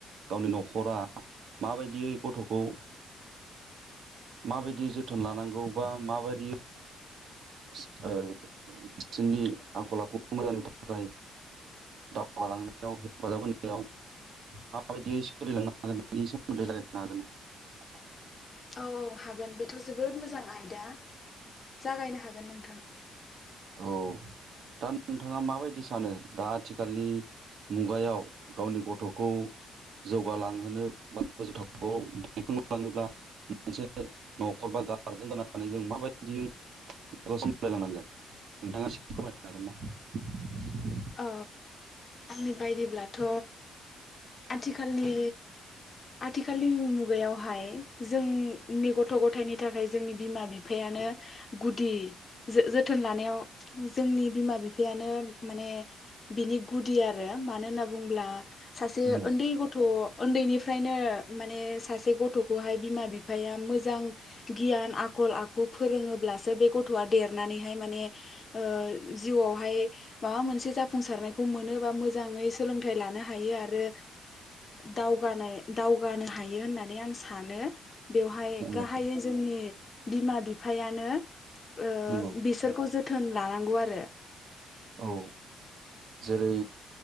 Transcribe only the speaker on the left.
औ औ हागोन बेथ' जोबोद मोजां आयदा जागायनो हागोन नोंथां।
औ आंनि बायदिब्लाथ' आथिखालनि आथिखालनि मुगायावहाय जोंनि गथ' गथायनि थाखाय जोंनि बिमा बिफायानो गुदि जोथोन लानायाव जोंनि बिमा बिफायानो माने बिनि गुदि आरो मानो होनना बुङोब्ला सासे
उन्दै गथ' उन्दैनिफ्रायनो माने सासे गथ'खौहाय बिमा बिफाया मोजां गियान आखल आखु फोरोङोब्लासो बे गथ'आ देरनानैहाय माने ओ जिउआवहाय माबा मोनसे। जाफुंसारनायखौ मोनोबा मोजाङै सोलोंथाइ लानो हायो आरो दावगानाय दावगानो हायो होननानै आं सानो बेवहाय
गाहायै जोंनि बिमा बिफाया। नो ओ
बिसोरखौ जो थोन लानांगौ आरो।